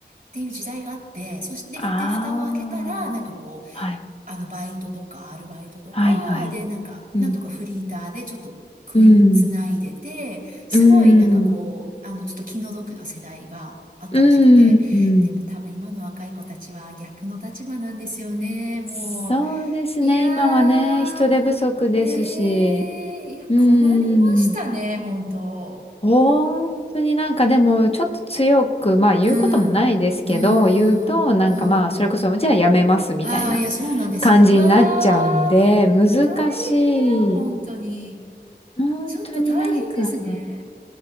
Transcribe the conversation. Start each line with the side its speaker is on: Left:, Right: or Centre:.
Right: っていう時代があって、そして、
Left: ああ。
Right: ふで、蓋を開けたら、なんかこう、
Left: はい。
Right: あの、バイトとか、アルバイトとか、
Left: はいはい。
Right: で、なんか、
Left: うん。
Right: なんとかフリーターでちょっと食いつないでて、
Left: うん。
Right: すごい、
Left: うん。
Right: なんかこう、あの、ちょっと気の毒な世代があったらしくて、
Left: うん。うん。
Right: でも多分今の若い子たちは逆の立場なんですよね、も
Left: そうですね。
Right: う。いや
Left: 今はね、人手不足ですし、
Right: ー、ねえ、いや、
Left: うー
Right: 困りましたね、
Left: ん。
Right: 本当。
Left: 本当になんかでも、ちょっと強く、まあ言うこともないですけど、
Right: うん、うん、
Left: 言うと、なんかまあ、
Right: うん、うん。
Left: それこそ、じゃあやめますみたいな
Right: ああ、いや、そうなんですよ。
Left: 感じになっちゃうんで、
Right: うわー、めん、
Left: 難しい。
Right: 大変、本当に。
Left: 本当になんか、
Right: ちょっと大変ですね。